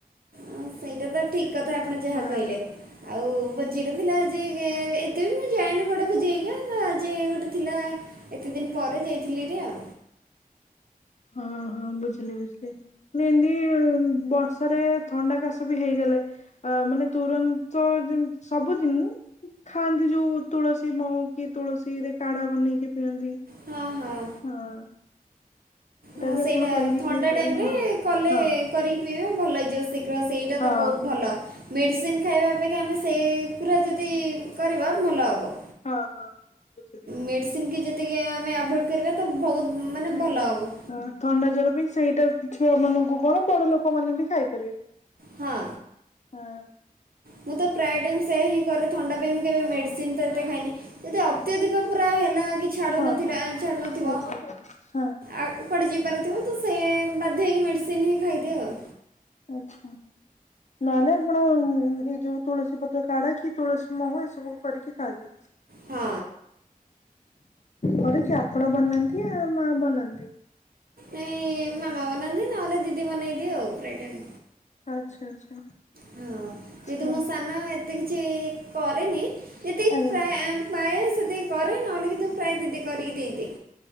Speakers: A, on the right; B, on the left.
A: ହଁ ସେଇଟା ତ ଠିକ୍ କଥା ଆପଣ ଯାହା
B: ହଁ
A: କହିଲେ।
B: <inaudible>
A: ଭୋଜିର ଥିଲା ଆଜି ଏତେ ବି ମୁଁ ଯାଏନି କୁଆଡ଼େ ଭୋଜି ହେରୀକା ଆଜି ଗୋଟେ ଥିଲା। ଏତେ ଦିନ ପରେ ଯାଇଥିଲି ହେରି ଆଉ।
B: ହଁ ହଁ ବୁଝିଲି ବୁଝିଲି ନା ଏନ୍ତି ବର୍ଷାରେ ଥଣ୍ଡା କାଶ ବି ହେଇଗଲେ ଅ ମାନେ ତୁରନ୍ତ ଯେମିତି ସବୁଦିନ ଖାଆନ୍ତି ଯୋଉ ତୁଳସୀ ମହୁ କି ତୁଳସୀରେ କାଢ଼ା ବନେଇକି ପିଅନ୍ତି।
A: ହାଁ ହାଁ।
B: ହଁ
A: ହଁ
B: ବି
A: ସେଇଟା
B: ଆପଣ କରିକି
A: ଥଣ୍ଡା
B: ପିଇ ପାରିବେ
A: ଟାଇମ୍ ରେ
B: ହଁ
A: କଲେ
B: ହଁ
A: କରିକି ପିଇବେ ଭଲ ହେଇଯିବ ଶୀଘ୍ର ସେଇଟା
B: ହଁ
A: ତ ବହୁତ ଭଲ। ମେଡ଼ିସିନ୍ ଖାଇବା ଅପେକ୍ଷା ଆମେ ସେଇଗୁରା ଯଦି କରିବା ଭଲ ହବ।
B: ହଁ ହଁ ବୁଝିଲି।
A: ମେଡ଼ିସିନ କି ଯେତିକି ଆମେ ଆଭଏଡ଼୍ କରିବା ତ ବହୁତ ମାନେ
B: ଆଜ୍ଞା
A: ଭଲ ହେବ।
B: ହଁ ଥଣ୍ଡା ଜ୍ଵର ପାଇଁ ସେଇଟା ଛୁଆ ମାନଙ୍କୁ କଣ ବଡ଼ ଲୋକମାନେ ବି ଖାଇପାରିବେ।
A: ହଁ।
B: ହଁ।
A: ମୁଁ ତ ପ୍ରାୟ ଟାଇମ୍ ସେୟା ହିଁ କରେ ଥଣ୍ଡା ପାଇଁ ମୁଁ କେବେ ମେଡ଼ିସିନ ତ ଏତେ ଖାଇନି ଯଦି ଅତ୍ୟଧିକ ପୁରା ହେଲା କି ଛାଡ଼ୁ
B: ହଁ
A: ନଥିଲା
B: ହଁ
A: ଛାଡ଼ୁ ନଥିବ
B: ଆଚ୍ଛା ହଁ
A: ଆ କୁଆଡ଼େ ଯିବାର ଥିବ ତ ସେ ବାଧ୍ୟ ହେଇକି ମେଡ଼ିସିନ ହିଁ ଖାଇଦିଏ ଆଉ।
B: ଆଚ୍ଛା। ନହେଲେ ଆପଣ ଏଇ ଯୋଉ ତୁଳସୀ ପତ୍ର କାଢ଼ା କି ତୁଳସୀ, ମହୁ ଏସବୁ କରିକି ଖାଇବେ।
A: ହଁ।
B: ଘରେ କିଏ ଆପଣ ବନାନ୍ତି ଆଉ ମା ବନାନ୍ତି?
A: ନାଇଁ ମାମା ବନାନ୍ତିି ନହେଲେ ଦିଦି ବନେଇଦିଏ ଆଉ ପ୍ରାଏ ଟାଇମ୍।
B: ଆଚ୍ଛା, ଆଚ୍ଛା।
A: ହଁ ଯେହେତୁ
B: ତ
A: ମୁଁ ସାନ ଏତେ କିଛି କରେନି ଯେତିକି
B: ଆଜ୍ଞା
A: ପ୍ରାୟ ପାଏ ସେତିକି କରେ ନହେଲେ କିନ୍ତୁ ପ୍ରାୟ ଦିଦି କରିକି ଦେଇଦିଏ।